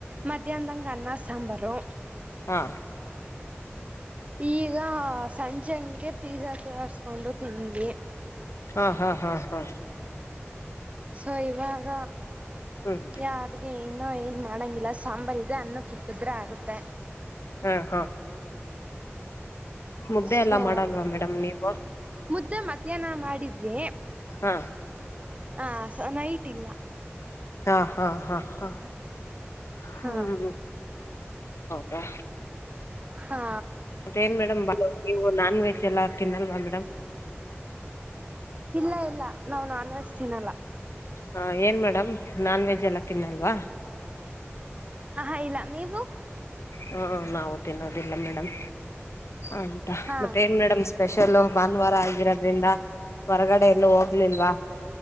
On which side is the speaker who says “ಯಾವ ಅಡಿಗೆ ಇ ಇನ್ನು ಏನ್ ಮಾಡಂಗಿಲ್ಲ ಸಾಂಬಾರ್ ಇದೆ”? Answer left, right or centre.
Right